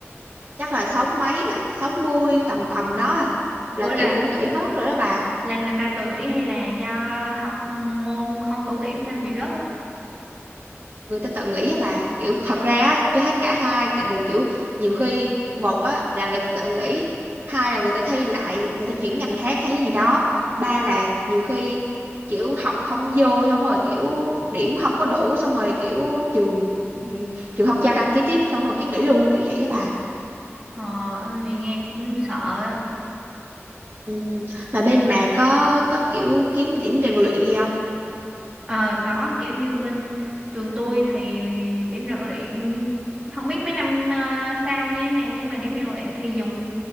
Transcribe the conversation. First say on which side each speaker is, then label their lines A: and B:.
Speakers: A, on the right (about 45°); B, on the right (about 15°).
A: chắc là sáu mấy à sáu mươi tầm tầm đó à là
B: Ủa
A: kiểu
B: là
A: cũng nghỉ bớt rồi đó bà
B: là người ta tự nghĩ hay là do học môn không đủ điểm nên bị rớt á?
A: người ta tự nghỉ á bà kiểu thật ra á tôi thấy cả hai tại vì kiểu nhiều khi một á là người ta tự nghỉ hai là người ta thi lại người ta chuyển ngành khác hay gì đó ba là nhiều khi kiểu học không vô xong rồi kiểu điểm không có đủ xong rồi kiểu trường trường không cho đăng ký tiếp xong rồi cái nghỉ luôn kiểu vậy á bà
B: Ờ, ơi, nghe cũng sợ á.
A: ừ. mà bên bà có có kiểu kiếm điểm rèn luyện gì không
B: Ờ có kiểu như bên trường tôi thì điểm rèn luyện không biết mấy năm ờ, sau như thế nào nhưng mà điểm rèn luyện thì dùng